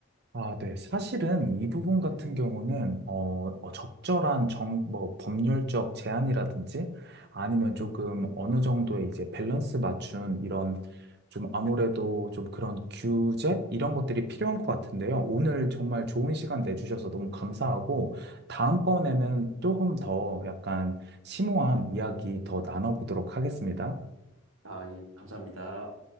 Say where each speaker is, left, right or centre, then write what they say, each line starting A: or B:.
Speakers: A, on the right; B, on the right.
A: 아, 네. 사실은 이 부분
B: 근데,
A: 같은 경우는, 어, 어, 적절한 정, 뭐, 법률적 제한이라든지 아니면 조금 어느 정도의 이제 밸런스 맞춘 이런 좀 아무래도 좀 그런 규제? 이런 것들이 필요한 것 같은데요. 오늘 정말 좋은 시간 내주셔서 너무 감사하고, 다음번에는 조금 더 약간 심오한 이야기 더 나눠보도록 하겠습니다.
B: 아, 예, 감사합니다.